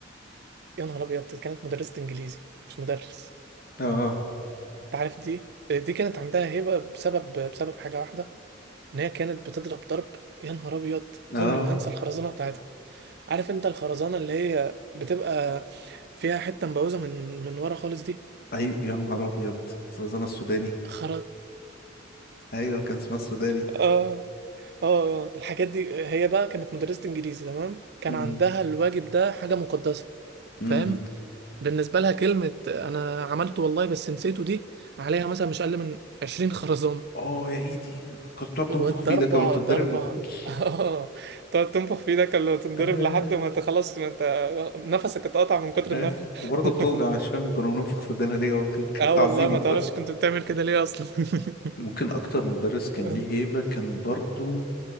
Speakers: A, on the right; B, on the left.
A: يا نهار ابيض دي كانت مدرسة انجليزي مش مدرس
B: اه
A: انت عارف دي دي كانت عندها هيبة بسبب بسبب حاجة واحدة ان هي كانت بتضرب ضرب يا نهار ابيض
B: اه
A: عمري ما هنسى الخرزانه بتاعتها عارف انت الخرزانه اللي هي بتبقى فيها حته مبوزه من من ورا خالص دي
B: ايوه يا نهار ابيض خرزانة السوداني
A: خر <laughs>
B: ايوه كان اسمها السوداني
A: اه اه آه. الحاجات دي هي بقى كانت مدرسة انجليزي تمام كان
B: امم
A: عندها الواجب ده حاجة مقدسة
B: امم
A: فاهم بالنسبة لها كلمة انا عملته والله بس نسيته دي عليها مثلا مش اقل من 20 خرزانة
B: اه يا ايدي كنت تقعد تنفخ
A: والضربة
B: فيه ده كانوا بتتضرب
A: ضربة
B: <laughs>
A: <laughs> اه تقعد تنفخ في ايدك ولا تنضرب
B: آه،
A: لحد ما انت خلاص ما انت نفسك اتقطع من كتر النفخ
B: آه. وبرضه
A: <laughs>
B: بتوجع مش فاهم كنا بننفخ في ايدينا ليه هو كان كان
A: اه
B: تعذيبه
A: والله ما تعرفش كنت بتعمل كده ليه اصلا <laughs>
B: ممكن اكتر مدرس كان
A: اه
B: ليه هيبة كان برضه